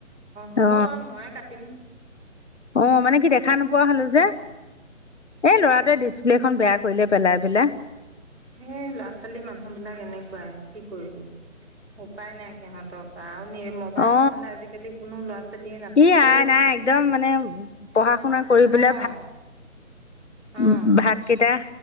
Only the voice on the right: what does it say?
হ'ব
বাৰু ময়ে কাটিম।
এ ল'ৰা ছোৱালী মানুহ বিলাক এনেকুৱাই কি কৰিবি উপায় নাই সিহঁত সিহঁতৰ পৰাও নে মোবাইল
নহলে আজিকালি কোনো ল'ৰা ছোৱালীয়ে নাথাকেও
অ
অ